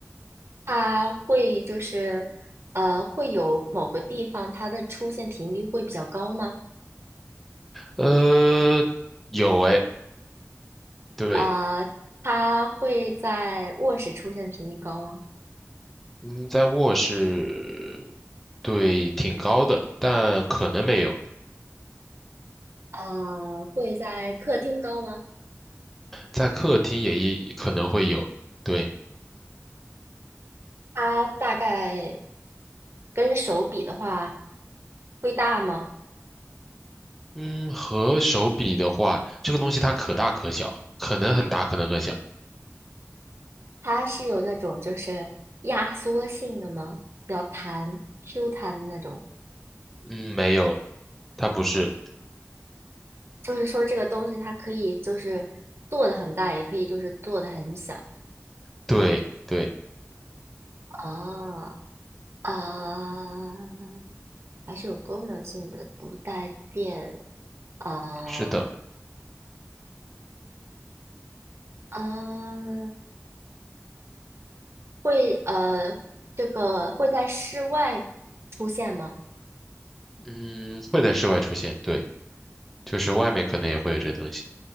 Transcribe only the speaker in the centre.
呃，有诶，对。
嗯，在卧室，对，挺高的，但可能没有，
在客厅也一可能会有。对，
嗯，和手比的话，这个东西它可大可小，可能很大，可能很小。
嗯，没有，它不是。
对，对，
是的。
嗯，会在室外出现，对，就是外面可能也会有这东西。